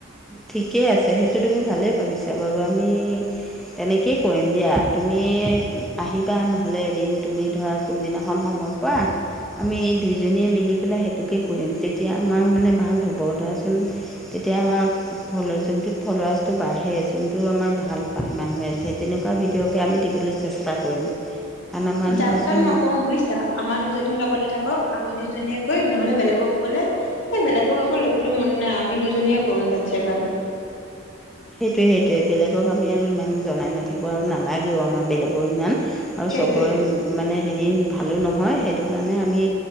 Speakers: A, in the centre; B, on the left.
A: ঠিকে আছে সেইটো তুমি ভালেই ভাবিছা বাৰু আমি তেনেকেই কৰিম দিয়া তুমি আহিবা নহ'লে এদিন তুমি ধৰা কোনদিনাখন সময় পৰা আমি দুইজনীয়ে মিলি পেলাই সেইটোকে কৰিম তেতিয়া আমাৰ মানে ভাল হ'ব ধৰাচোন তেতিয়া আমাৰ ফ'ল'যোনটোত ফ'ল'ৱাৰাৰ্ছটো বাঢ়ে যোনটো আমাৰ ভাল পায় মানুহ আছে তে তেনেকুৱা ভিডিঅ'কে আমি দিবলৈ চেষ্টা কৰিম। কাৰণ আমাৰ
B: যাক
A: ধৰাচোন
B: তাক নকওঁ বুজিছা। আমাৰ দুজনীৰ লগতে থাকক, আমি দুজনীয়ে কৰিম নহ'লে বেলেগক ক'লে এই বেলেগক আকৌ ল'বলৈ মন নাই আমি দুজনীয়ে কৰো তাতছে ভাল।
A: সেইটোৱে সেইটোৱে বেলেগক আমি আৰু ইমান জনাই নাথাকো আৰু ন' আমাৰ বেলেগৰ ইমান আৰু
B: সেইটোৱে
A: চবৰে মানে হেৰি ভালো নহয় সেইটো কাৰণে আমি